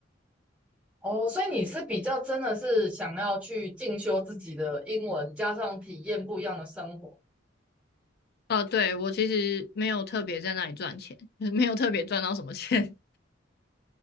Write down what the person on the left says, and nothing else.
呃，对，我其实没有特别在那里赚钱，<laughs> 就是没有特别赚到什么钱。